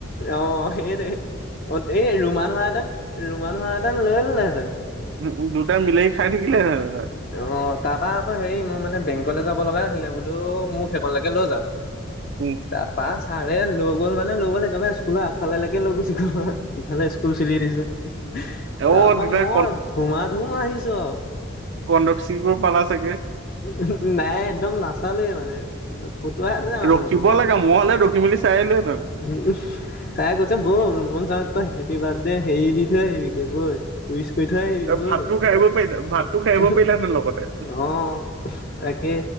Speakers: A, on the left; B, on the right.
A: অ', সেইটোৱে অ', এই ৰুমাল ধৰা হেঁতেন, ৰুমাল ধৰা হেঁতেন লৈয়ে ল'লে হেঁতেন।
B: উ, দুটাই মিলাই খাই থাকিলে হেঁতেন।
A: অ', তাৰপা আকৌ হেৰি, মোৰ মানে বেংকলে যাব লগা আছিলে, বোলো, মোক সেইকনলৈকে লৈ যাওঁক।
B: উম
A: তাৰপা চাৰে লৈ গ'ল মানে, লৈ গ'ল, একেবাৰে স্কুলৰ আগফালেলেকে লৈ গৈচি গ'ল নহয়। সিফালে স্কুল ছুটি দিছে।
B: অ
A: তাৰপা
B: তেতিয়া
A: মই ধুমা ধুমা আহিছোঁ আৰু।
B: কণ্ডকচিবোৰ পালা চাগে।
A: উ, হুম, নাই একদম নাচালোঁৱে মানে, <unintelligible> ফুটুৱা এ যে মানুহটো
B: ৰখিব
A: চাৰ।
B: লাগে মই হলে ৰখি মেলি চাই আহিলোহেঁতেন
A: উম, চাৰে কৈছে, ব'ল ৰূপম ছাৰক তই হেপ্পী বাৰ্থডে হেৰি দি থৈ আহিবি। এইবোৰে ঐ, ৱিছ কৰি থৈ আহিবি বৈ।
B: ভাতটো খাই আহিব পাৰিলা ভাতটো খাই আহিব
A: উম,
B: পাৰিলাহেঁতেন লগতে
A: হম, অ'। তাকে।